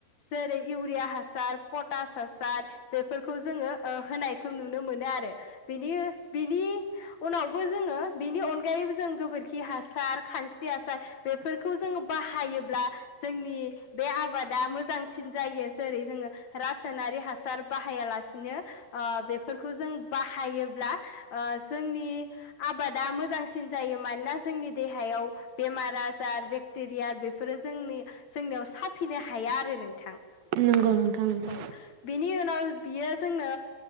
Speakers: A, on the left; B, on the right.
A: जेरै इउरिया हासार पटास हासार बेफोरखौ जोङो ओ होनायखौ नुनो मोनो आरो बिनि बिनि उनावबो जोङो बिनि अनगायैबो जों गोबोरखि हासार खानस्रि आसार फोरखौ जोङो बाहायोब्ला जोंनि बे आबादा मोजांसिन जायो जेरै जोङो रासायनारि हा हासार बाहायालासिनो ओ बेफोरखौ जों बाहायोब्ला ओ जोंनि आबादा मोजांसिन जायो मानोना जोंनि देहायाव बेमार आ जार बेक्टेरिया बेफोरो जोंनि जोंनियाव साफिनो हाया आरो नोंथां
B: नंगौ नोंथां नंगौ
A: औ बिनि उनाव बियो जोंनो